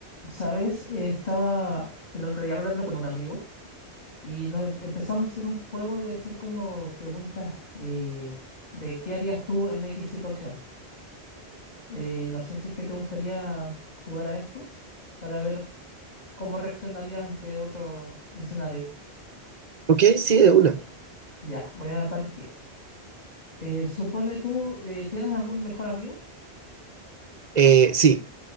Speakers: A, on the left (about 40°); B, on the right (about 45°).
A: ¿Sabes? Eh, estaba el otro día hablando con un amigo y nos em- empezamos a hacer un juego de hacer como preguntas eh, de qué harías tú en X situación. Eh, no sé si es que te gustaría jugar a esto para ver cómo reaccionarías ante otro escenario.
B: Ok, sí, de una.
A: Ya, voy a partir. Eh, supone tú, eh, ¿tienes algún mejor amigo?
B: Eh, sí,